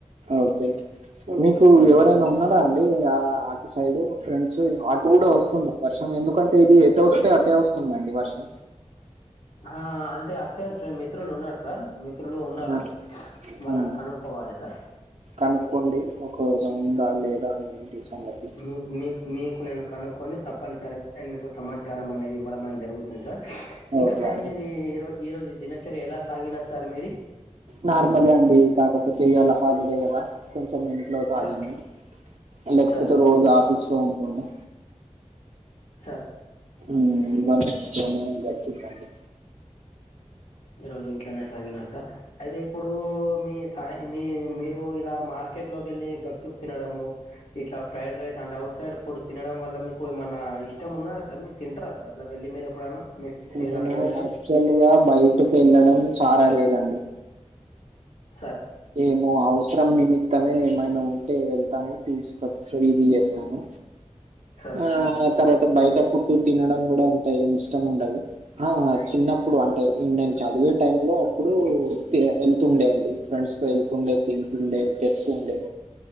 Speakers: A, on the right; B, on the left.
A: ఓకే మీకు
B: మ్మ్.
A: ఎవరైనా ఉన్నారా అండి ఆ అటు సైడ్ ఫ్రంట్ సో అటు కూడా వస్తుంది వర్షం ఎందుకంటే ఇది ఎట వస్తే అటే వస్తుందండి వర్షం
B: ఆ అంటే అటు సైడ్ ఫ్ర మిత్రులు ఉన్నారు సార్ మిత్రులు ఉన్నారు
A: ఆ!
B: వాళ్ళని
A: ఆ
B: కనుక్కోవాలి సార్
A: కనుక్కోండి ఒకవేళ ఉందా లేదా ఏంటి సంగతి.
B: మీ మీ మీకు నేను కనుక్కొని తప్పనిసరిగాడ్ మీకు సమాచారం అనేది ఇవ్వమని జరిగింది జరుగుతుంది సార్ ఇంకా
A: ఓకే
B: సార్
A: అండి.
B: మీది ఈరో ఈ రోజు దినచర్య ఎలా సాగిన సార్ మీది
A: నార్మలే అండి కాకపోతే ఇవాళ హాలిడే కదా కొంచ ఇంట్లో తాగింది
B: సార్
A: లేకపోతే
B: సార్
A: రోజు ఆఫీస్ లో ఉంటుండే
B: సార్
A: ఇ వంట ఇంటిలోనే గడిచిపోయింది
B: ఈ రోజు ఇంట్లోనే సాగిన సార్ అయితే ఇప్పుడు మీ సా మీ మీరు ఇలా మార్కెట్ లోకి వెళ్ళి గప్ప చూపు తినడము ఇట్లా ఫ్రైడ్ రైస్ అంటే అఔట్ సైడ్ ఫుడ్ తినడం వల్ల మీకు ఏమన్నా ఇష్టం ఉన్నా సార్ మీరు తింటారా సార్ అట్లా వెళ్ మీర్ ఎప్పుడన్నా మీ మీరు
A: నేను
B: అట్లా వెళ్ళి
A: యాక్చువల్ గా బయటకి వెళ్ళడం చాలా రేర్ అండి
B: సార్
A: ఏమో అవసరం నిమిత్తమే ఏమైనా ఉంటే వెళ్త తాను తీసుకొచ్చ ఇది చేస్తాము
B: సార్
A: ఆ తర్వాత బయట ఫుడ్ తినడం కూడా అంత ఎం ఇష్టం ఉండదు ఆ చిన్నప్పుడు అంటే నేను చదివే టై లో అప్పుడు వెళ్తుండే అండి ఫ్రెండ్స్ వెళ్తు ఉండే తింటుండే తెస్తుండే